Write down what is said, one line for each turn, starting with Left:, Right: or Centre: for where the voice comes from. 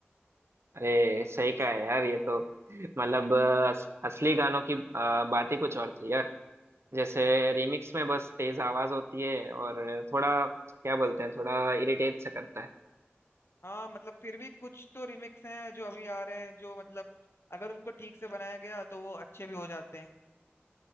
Right: अरे सही कहा है यार ये तो मतलब अ, अस, असली गानों की अ, बात ही कुछ और थी यार जैसे रीमिक्स में बस तेज आवाज होती है और थोड़ा क्या बोलते हैं थोड़ा इरिटेट सा करता है
Left: हाँ मतलब फिर भी कुछ तो रिमिक्स हैं जो अभी आ रहे हैं जो मतलब अगर उनको ठीक से बनाया गया तो वो अच्छे भी हो जाते हैं